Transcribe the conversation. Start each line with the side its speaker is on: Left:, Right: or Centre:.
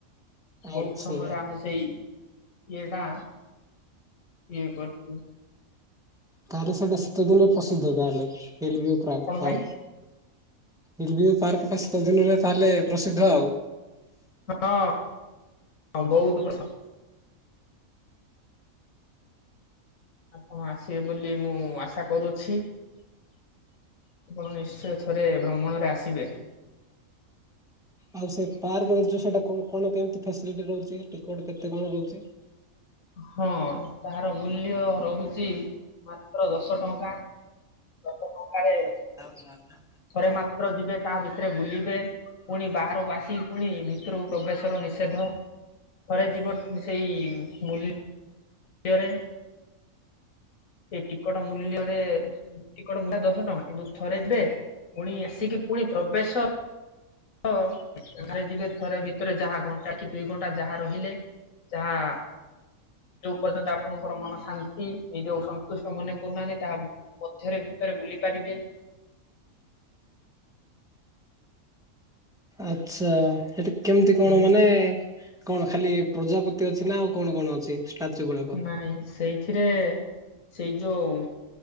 Centre: ଆଚ୍ଛା।
Left: ବହୁତ ସମୟରେ ଆମେ ସେଇ ଇଏଟା କିଏ କରିଛୁ
Centre: ତାହେଲେ ସେଇଟା ଶୀତ ଦିନରେ ପ୍ରସିଦ୍ଧ ତାହାଲେ <unintelligible>
Left: କଣ
Centre: ପାର୍କ
Left: ଭାଇ
Centre: <unintelligible> ପାର୍କଟା ଶୀତ ଦିନରେ ତାହେଲେ ପ୍ରସିଦ୍ଧ ଆଉ
Left: ହଁ ବହୁତ ବର୍ଷ। ଆପଣ ଆସିବେ ବୋଲି ମୁଁ ଆଶା କରୁଅଛି। ଆପଣ ନିଶ୍ଚୟ ଥରେ ଭ୍ରମଣରେ ଆସିବେ।
Centre: ଆଉ ସେ ପାର୍କରେ ଯଉ ସେଟା କଣ କଣ କେମତି ଫେଶିଲିଟୀ ରହୁଛି, ଟିକଟ କେତେ କଣ ରହୁଛି?
Left: ହଁ ତାର ମୂଲ୍ୟ ରହୁଚି ମାତ୍ର ଦଶ ଟଙ୍କା। ଦଶ ଟଙ୍କାରେ
Centre: <unintelligible>
Left: ଥରେ ମାତ୍ର ଯିବେ ତା ତା ଭିତରେ ବୁଲିବେ, ପୁଣି ବାହାରକୁ ଆସି ପୁଣି ଭିତରକୁ ପ୍ରବେଶର ନିଷେଧ। ଥରେ ଯିବ ସେଇ ମୁଲି ଲ୍ୟରେ ସେ ଟିକଟ ମୂଲ୍ୟରେ, ଟିକଟ ମୂଲ ଦଶ ଟଙ୍କା, କିନ୍ତୁ ଥରେ ବେ ପୁଣି ଆସିକି ପୁଣି ପ୍ରବେଶ ଶ ଏବେ ଯିବେ ଥରେ ଭିତରେ ଯାହା ଘଣ୍ଟା କି ଦୁଇ ଘଣ୍ଟା ଯାହା ରହିଲେ। ଯାହା ଯୋଉ ପର୍ଯ୍ୟନ୍ତ ଆପଣଙ୍କର ମନ ଶାନ୍ତି ନିଜକୁ ସନ୍ତୁଷ୍ଟ ମନେ କରୁନାହାନ୍ତି, ତାହା ମଧ୍ୟରେ ଭିତରେ ବୁଲି ପାରିବେ।
Centre: ଆଚ୍ଛା ହେଠି କେଉଁଠି କଣ
Left: ହୁଁ
Centre: ମାନେ କଣ ଖାଲି ପ୍ରଜାପତି ଅଛି ନା ଆଉ କଣ କଣ ଅଛି? ଷ୍ଟାଚୁ ଗୁଡାକ?
Left: ନାଇଁ ସେଇଥିରେ ସେଇ ଯୋଉ